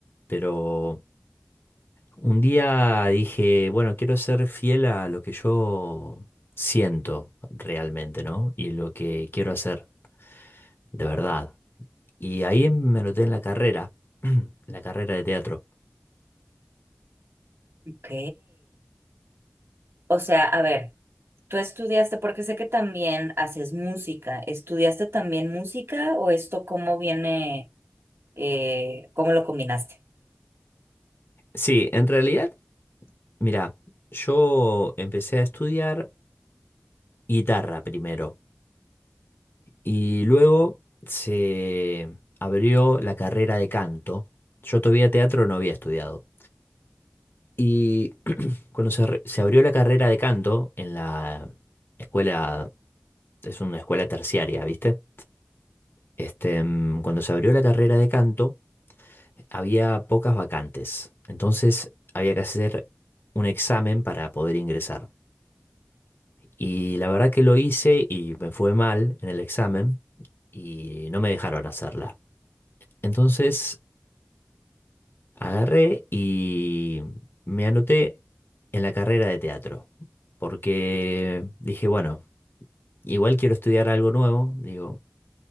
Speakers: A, on the left; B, on the right.
A: pero un día dije, bueno, quiero ser fiel a lo que yo siento realmente, ¿no? Y lo que quiero hacer de verdad. Y ahí me noté en la carrera, <clears throat> en la carrera de teatro.
B: Ok. O sea, a ver. Tú estudiaste, porque sé que también haces música. ¿Estudiaste también música o esto cómo viene, eh, cómo lo combinaste?
A: Sí, en realidad, mira, yo empecé a estudiar guitarra primero y luego se abrió la carrera de canto. Yo todavía teatro no había estudiado. Y <clears throat> cuando se, re- se abrió la carrera de canto en la escuela, es una escuela terciaria, ¿viste? Este, mm, cuando se abrió la carrera de canto, había pocas vacantes. Entonces había que hacer un examen para poder ingresar. Y la verdad que lo hice y me fue mal en el examen y no me dejaron hacerla. Entonces agarré y me anoté en la carrera de teatro. Porque dije, bueno, igual quiero estudiar algo nuevo. Digo,